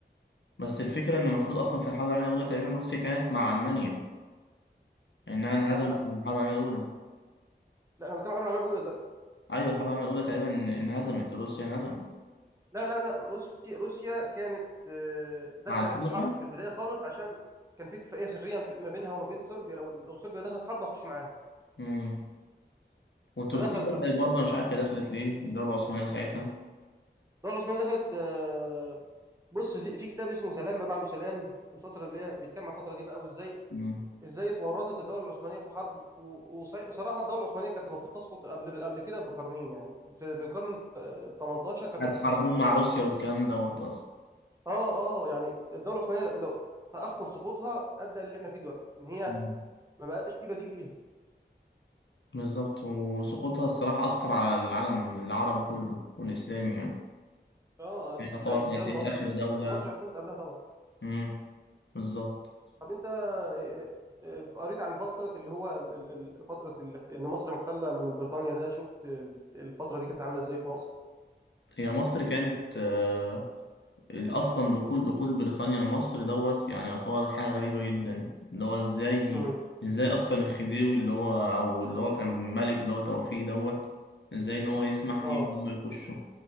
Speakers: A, on the left (about 85°); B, on the right (about 15°).
A: بس الفكرة إن المفروض أصلا في الحرب العالمية الأولى تقريبا روسيا كانت مع ألمانيا إنها انهزمت
B: لا لا
A: في الحرب العالمية الأولى
B: لا انا بتكلم عن الحرب العالميه الاولى دلوقتي
A: ايوه الحرب العالميه الاولى تقريبا انهزمت روسيا انهزمت
B: لا لا لا روسيا روسيا كانت آه، دخلت
A: مع الحلفاء
B: الحرب في البدايه خالص عشان كان في اتفاقيه سريه ما بينها وما بين صربيا لو لو صربيا دخلت حرب هخش معاها
A: امم وتركيا
B: فدخلت
A: دخلت
B: بقى
A: برضه انا مش عارف هي دخلت ليه الدوله العثمانيه ساعتها
B: الدوله العثمانيه دخلت آه، بص في في كتاب اسمه سلام ما بعده سلام الفتره اللي هي بيتكلم عن الفتره دي بقى وازاي
A: امم
B: ازاي اتورطت الدوله العثمانيه في الحرب وصراحه الدوله العثمانيه كانت المفروض تسقط قبل قبل كده بقرنين يعني في في القرن ال 18 كانت
A: كانت
B: المفروض
A: حربهم
B: تسقط
A: مع
B: يعني
A: روسيا والكلام دوت اصلا
B: اه اه يعني الدوله العثمانيه لو لو تاخر سقوطها ادى اللي احنا فيه دلوقتي ان هي
A: مم.
B: ما بقاش في بديل ليها
A: بالظبط وسقوطها الصراحه اثر على العالم العربي كله والاسلامي يعني
B: اه
A: هي يعتبر
B: يعني
A: كانت
B: احتلال
A: هي
B: مصر
A: اخر دوله
B: احت- مصر احتلت قبلها طبعا
A: امم بالظبط
B: طب انت آه، آه، قريت عن فتره اللي هو ال- ال- ال- فتره ال- ان مصر محتله من بريطانيا ده شفت آه، الفتره دي كانت عامله ازاي في مصر
A: فهي مصر كانت آه، اصلا دخول دخول بريطانيا مصر دوت يعني يعتبر حاجه غريبه جدا اللي هو ازاي
B: امم
A: ازاي اصلا الخديوي اللي هو او اللي هو كان ملك اللي هو توفيق دوت ازاي ان هو يسمح
B: اه
A: ليهم ان هم يخشوا